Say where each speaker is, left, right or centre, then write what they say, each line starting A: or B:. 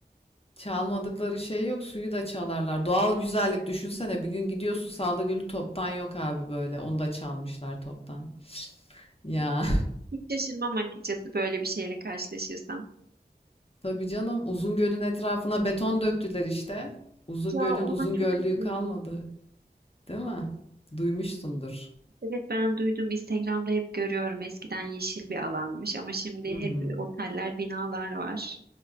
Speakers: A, on the left; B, on the right.
A: Çalmadıkları şey yok, suyu da çalarlar. Doğal güzellik düşünsene bir gün gidiyorsun Salda Gölü toptan yok abi böyle. Onu da çalmışlar toptan. Ya
B: Hiç şaşırmam açıkçası böyle bir şeyle karşılaşırsam.
A: <laughs> tabii canım Uzungöl'ün etrafına beton döktüler işte. Uzungöl'ün
B: Ya ona
A: Uzungöllüğü
B: çok üzüldüm
A: kalmadı. Değil mi? Duymuşsundur.
B: Evet ben duydum Instagram'da hep görüyorum eskiden yeşil bir alanmış ama şimdi
A: Hı
B: hep
A: hı.
B: oteller, binalar var